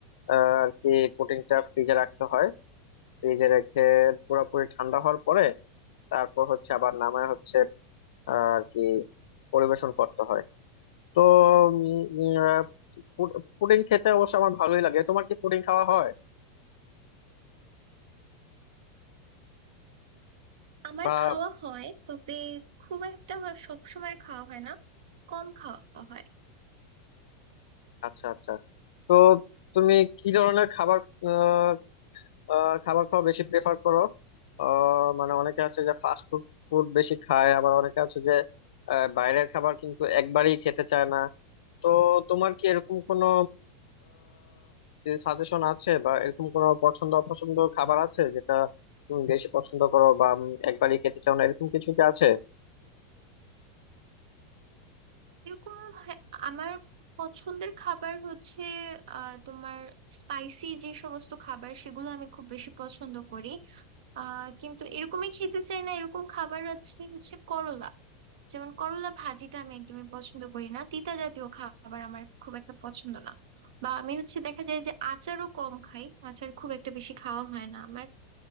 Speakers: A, on the left (about 75°); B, on the right (about 75°).
A: আহ, আর কি পুটিংটা ফ্রিজে রাখতে হয় ফ্রিজে রেখে পুরোপুরি ঠান্ডা হওয়ার পরে তারপর হচ্ছে আবার নামায় হচ্ছে আহ, আর কি পরিবেশন করতে হয় তো উম, আহ, পুডিং খেতে অবশ্য আমার ভালোই লাগে তোমার কি পুডিং খাওয়া হয়
B: আমার
A: বা
B: খাওয়া হয় তবে খুব একটা সব সময় খাওয়া হয় না কম খাওয়া হয়
A: আচ্ছা আচ্ছা তো তুমি কি ধরনের খাবার আহ, আহ, খাবার খাওয়া বেশি প্রেফার করো আহ, মানে অনেকে আছে যে ফাস্ট ফুড ফুড বেশি খায় আবার অনেকে আছে যে আহ, বাইরের খাবার কিন্তু একবারই খেতে চায় না তো তোমার কি এরকম কোনো সাজেশন আছে বা এরকম কোনো পছন্দ অপছন্দ খাবার আছে যেটা তুমি বেশি পছন্দ করো বা উম, একবারই খেতে চাও না এরকম কিছু কি আছে
B: এরকম হ্যাঁ, আমার পছন্দের খাবার হচ্ছে আহ তোমার স্পাইসি যে সমস্ত খাবার সেগুলো আমি খুব বেশি পছন্দ করি আহ কিন্তু এরকমই খেতে চাই না এরকম খাবার আছে হচ্ছে করলা যেমন করলা ভাজিটা আমি একদমই পছন্দ করি না তিতা জাতীয় খাবার আমার খুব একটা পছন্দ না বা আমি হচ্ছে দেখা যায় যে আচারও কম খাই আচার খুব একটা বেশি খাওয়া হয় না আমার